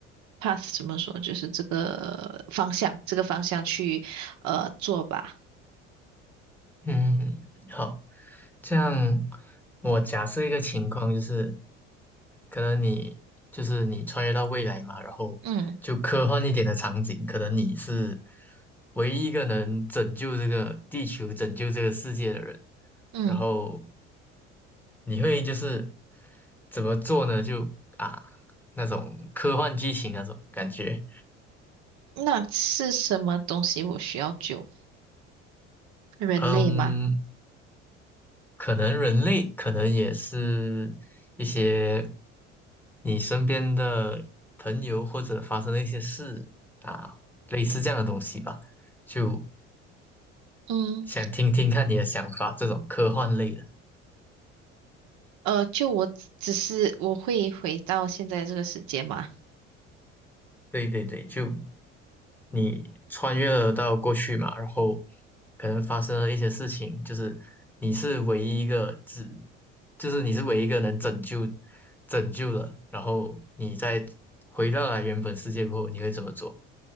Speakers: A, on the right; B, in the centre.
A: path 怎么说，就是这个方向这个方向去呃做吧，
B: 嗯，好，这样我假设一个情况就是。可能你就是你穿越到未来嘛，然后就科幻一点的场景，
A: 嗯
B: 可能你是唯一一个能拯救这个地球、拯救这个世界的人，
A: 嗯。
B: 然后你会就是怎么做呢？就啊那种科幻剧情那种感觉，
A: 那是什么东西我需要救？人类吗？
B: 嗯，可能人类可能也是一些你身边的朋友或者发生的一些事啊，类似这样的东西吧，就
A: 嗯，
B: 想听听看你的想法，这种科幻类的。
A: 呃，就我只只是我会回到现在这个时间吗？
B: 对对对，就你穿越了到过去嘛，然后可能发生了一些事情，就是你是唯一一个只，就是你是唯一一个能拯救拯救了，然后你再回到了原本世界过后，你会怎么做？